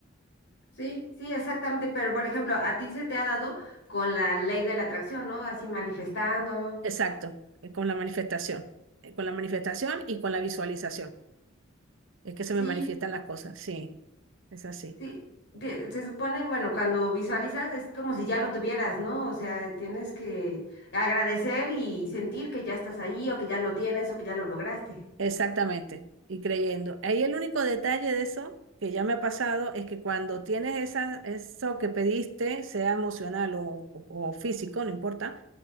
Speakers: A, on the left (about 60°); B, on the right (about 70°).
A: Sí, sí, exactamente. Pero, por ejemplo, a ti se te ha dado con la ley de la atracción, ¿no? Así manifestando.
B: Exacto, eh, con la manifestación, eh, con la manifestación y con la visualización. Es que se
A: Sí.
B: me manifiestan las cosas, sí, es así,
A: Sí, de- se supone, bueno, cuando visualizas es como si ya lo tuvieras, ¿no? O sea, tienes que agradecer y sentir que ya estás ahí o que ya lo tienes o que ya lo lograste.
B: exactamente, y creyendo. Ahí el único detalle de eso que ya me ha pasado es que cuando tienes esa, eso que pediste, sea emocional o, o- o físico, no importa,